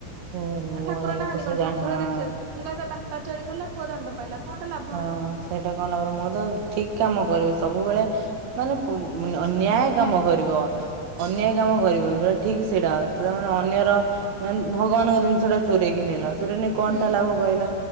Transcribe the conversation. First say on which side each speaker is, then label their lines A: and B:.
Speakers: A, on the right; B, on the right.
A: ଓ
B: ଆ ଠାକୁର
A: ଓ ଲୋକ
B: ନାହାନ୍ତି
A: ସବୁ
B: କଣ
A: ଜାଣି
B: ଠାକୁର
A: ହଁ।
B: ଦେଖେଇଦେଲେ ମୁଁ କହିଆକଥା ବାପ ଚୋରି କଲା ପୁଅ ଦଣ୍ଡ ପାଇଲା। କଣଟା ଲାଭ
A: ହଁ
B: ହେଲା।
A: ସେଇଟା କଣ ମୁଁ ତ ଠିକ କାମ କରିବ ସବୁବେଳେ ମାନେ ନ୍ୟାୟ କାମ କରିବ। ଅନ୍ୟାୟ କାମ କରିବନି ଯଉଟା ଠିକ ସେଇଟା ତା ମାନେ ଅନ୍ୟର ମାନେ ଭଗବାନଙ୍କ ଜିନିଷ ଟା ଚୋରେଇ କିି ନେଲ, ଚୋରେଇ ନେଇ କଣ
B: ହୁଁ
A: ଟା ଲାଭ କହିଲ